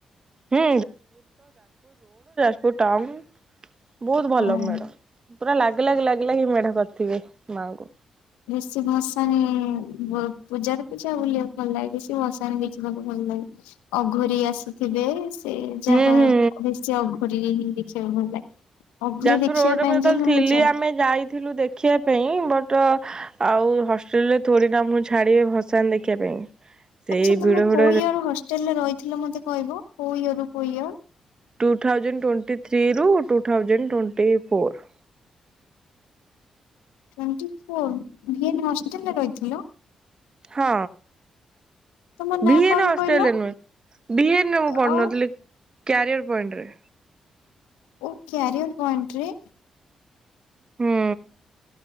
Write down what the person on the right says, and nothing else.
ହୁଁ ଯୋଉ ଟାଉନ ବହୁତ ଭଲ
ମେଢ ପୁରା ଲାଗି ଲାଗି ଲାଗି ଲାଗିି ମେଢ କରିଥିବେ। ମାଆଙ୍କୁ।
ହୁଁ
ହୁଁ
ଯାଜପୁର
ରୋଡରେ
ମୁଁ ଯେତେବେଳେ
ଥିଲି
ଆମେ ଯାଇଥିଲୁ ଦେଖିବା ପାଇଁ ବଟ୍ ଆଉ ହଷ୍ଟେଲରେ ଥୋଡି ନା ଆମକୁ ଛାଡିବେ ଭସାଣି ଦେଖିବା ପାଇଁ। ସେଇ
ଭିଡ ଭିଡ
Two thousand twenty three ରୁ two thousand twenty four.
ହଁ।
ଭିଏନ
ହଷ୍ଟେଲ
ରେ ନୁହେଁ ଭିଏନ ରେ ମୁଁ ପଢ଼ନଥିଲି
କ୍ୟାରିୟର ପଏଣ୍ଟରେ।
ହୁଁ